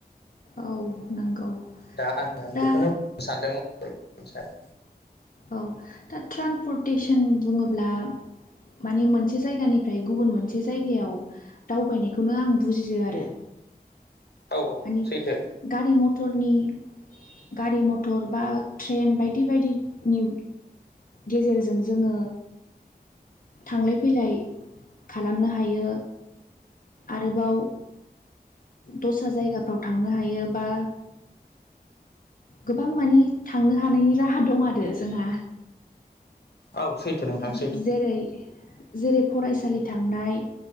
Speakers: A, on the left (about 60°); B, on the left (about 85°).
A: औ नंगौ।
B: दा आङो
A: दा
B: बेखौनो बुंनो सानदोंमोन <unintelligible>
A: औ दा ट्रानपर्टेतेसन बुङोब्ला माने मोनसे जायगानिफ्राय गुबुन मोनसे जायगायाव दावबायनायखौनो आं बुजियो आरो।
B: औ औ
A: माने
B: सैथो
A: गारि म थरनि गारि मथर बा ट्रेन बायदि बायदि नि गेजेरजों जोङो थांलाय फैलाय खालामनो हायो। आरोबाव दस्रा जायगाफ्राव थांनो हायो बा गोबां मानि थांनो हानायनि राहा दं आरो जोंहा।
B: औ सैथो नोंथां
A: ज-जेरै
B: सैथो
A: जेरै फरायसालि थांनाय